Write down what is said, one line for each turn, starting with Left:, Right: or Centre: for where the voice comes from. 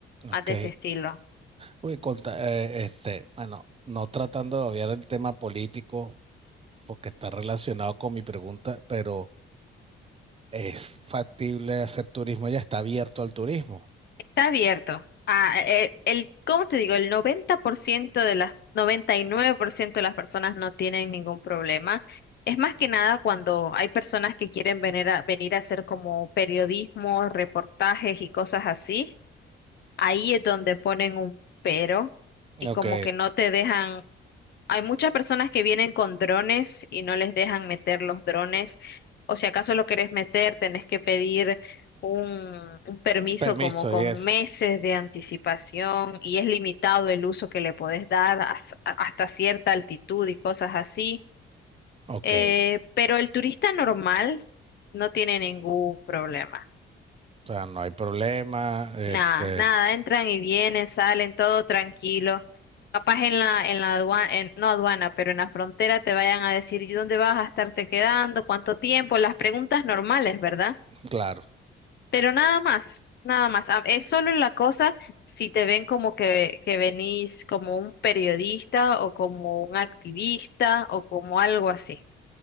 Left: más
Right: Ok.
Left: de ese estilo.
Right: Uy, conta- eh, este, bueno, no tratando de obviar el tema político, porque está relacionado con mi pregunta, pero ¿es factible hacer turismo ya? ¿Está abierto al turismo?
Left: Está abierto. Ah, el, el- ¿cómo te digo? El 90% de las, 99% de las personas no tienen ningún problema. Es más que nada cuando hay personas que quieren venir a, venir a hacer como periodismo, reportajes y cosas así Ahí es donde ponen un pero y
Right: Ok,
Left: como que no te dejan, hay muchas personas que vienen con drones y no les dejan meter los drones, o si acaso lo querés meter, tenés que pedir un, un permiso
Right: permiso
Left: como con
Right: y eso.
Left: meses de anticipación y es limitado el uso que le podés dar as- a- hasta cierta altitud y cosas así.
Right: Ok,
Left: Eh, pero el turista normal no tiene ningún problema.
Right: o sea, no hay problema, este,
Left: Nada, nada, entran y vienen, salen, todo tranquilo. Capaz en la, en la aduana, no aduana, pero en la frontera te vayan a decir ¿y dónde vas a estarte quedando? ¿Cuánto tiempo? Las preguntas normales, ¿verdad?
Right: claro.
Left: Pero nada más, nada más. Ah, Es solo la cosa si te ven como que, que venís como un periodista o como un activista o como algo así.